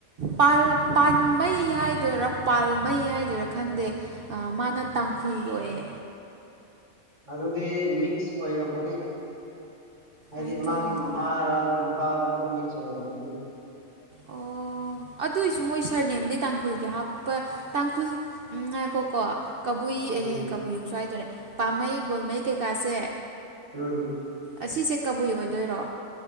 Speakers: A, on the right; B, on the right.
A: ꯄꯥꯜ ꯄꯥꯟꯃꯩ ꯍꯥꯏꯗꯣꯏꯔꯥ ꯄꯥꯜꯃꯩ ꯍꯥꯏꯗꯣꯏꯔꯥ ꯈꯪꯗꯦ ꯑꯥ ꯃꯥꯅ ꯇꯥꯡꯈꯨꯜ ꯑꯣꯏꯌꯦ
B: ꯑꯗꯨꯗꯤ ꯃꯤꯛꯁ ꯑꯣꯏꯔꯝꯒꯅꯤ ꯍꯥꯏꯗꯤ
A: ꯑꯥꯏ ꯗꯣꯟ
B: ꯃꯥꯒꯤ
A: ꯅꯣ
B: ꯃꯃꯥꯔꯥ ꯄꯥꯔꯥ ꯑꯗꯨꯝ ꯃꯤꯛꯁ ꯑꯣꯏꯔꯝꯒꯅꯤ
A: ꯑꯣ ꯑꯣ ꯑꯗꯨꯏꯁꯨ ꯃꯣꯏ ꯁꯥꯔꯅꯦꯝꯗꯤ ꯇꯥꯡꯈꯨꯜꯒꯤ ꯍꯥꯞꯄ ꯇꯥꯡꯈꯨꯜ ꯎꯝ ꯉꯥꯏꯈꯣꯀꯣ ꯀꯕꯨꯏ
B: ꯎꯝ
A: ꯑꯦꯍꯦ ꯀꯕꯨꯏ ꯑꯃꯨꯛꯁꯨ ꯍꯥꯏꯗꯣꯏꯔꯦ ꯄꯥꯃꯩ ꯒꯣꯜꯃꯩ ꯀꯩꯀꯥꯁꯦ
B: ꯎꯝ
A: ꯑꯁꯤꯁꯦ ꯀꯕꯨꯏ ꯑꯣꯏꯗꯣꯏꯔꯣ